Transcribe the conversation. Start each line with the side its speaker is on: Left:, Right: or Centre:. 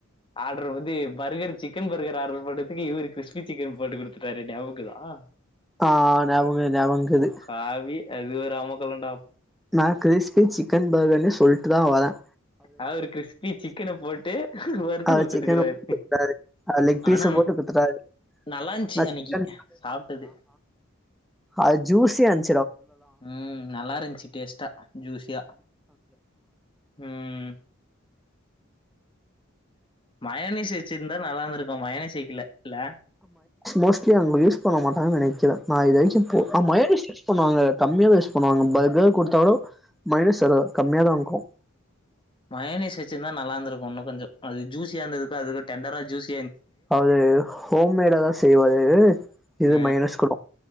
Left: ஆர்டர் இது பர்கர் சிக்கன் பர்கர் ஆர்டர் பண்ணி சில்லி சிக்கன் போட்டு குடுத்துட்டாரு நியபகம்இருக்குதா
Centre: ஆஹ் அவங்க ந அவங்கது
Left: ஹாவி அது ஒரு அமக்கல்லண்டா
Centre: நான் கிரிஸ்பி சிக்கன் பர்கானி சொல்ட்டு தா வரேன்
Left: அ ஒரு கிறிஸ்பி சிக்கன போட்டு வருத்து
Centre: அது
Left: கொடுத்துட்டுக்கிறாரு
Centre: சிக்கன் குடுத்துட்டாரு அது லெக் பீஸ
Left: ஆனா
Centre: போட்டு குடுத்துட்டாரு
Left: நல்லாஞ்சு
Centre: நா
Left: அன்னைக்கு
Centre: சிக்கன்
Left: சாப்புட்டது
Centre: அஹ் ஜூஸியா இருந்
Left: உம் நல்லா இருந்துச்சு டேஸ்டா ஜூசியா உம் <inaudible> மையோனஸ் வச்சிருந்தா நல்லா தான் இருக்கும் மையோனிஸ் வைக்கல இல்ல
Centre: மோஸ்லி அவங்க யூஸ் பண்ண மாட்டங்கனு நினைக் நான் இதச்சு
Left: ம்
Centre: போ மயடிஸ் செட் பண்ணுவாங்க கம்மியா தான் யூஸ் பண்ணுவாங்க கொடுத்தாலும் மைனஸ் கம்மியா தான் இருக்கும்
Left: மயனிஸ் வச்சிருந்தா நல்லா இருந்திருக்கும் இன்னும் கொஞ்சம் அது ஜூசியா இருந்ததுக்கு அதுக்கு டெண்டரா ஜூசி
Centre: அது ஹோம்மட தான் செய்வாது இது
Left: ஆ
Centre: மைனஸ் குடும்